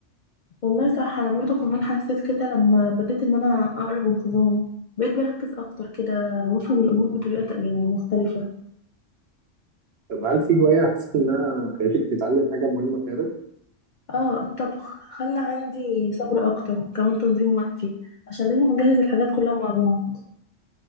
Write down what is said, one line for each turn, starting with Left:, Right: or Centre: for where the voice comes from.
Left: والله صح أنا برضو كمان حسيت كده لما بديت إن أنا أقرأ بانتظام بقيت بركز أكتر كده وأفهم الأمور بطريقة يعني مختلفة
Right: طب هل في هواية حسيت إنها خلتك تتعلم حاجة مهمة في حياتك؟
Left: اه الطبخ خلى عندي صبر اكتر كمان تنظيم وقتي عشان لازم اجهز الحاجات كلها مع بعض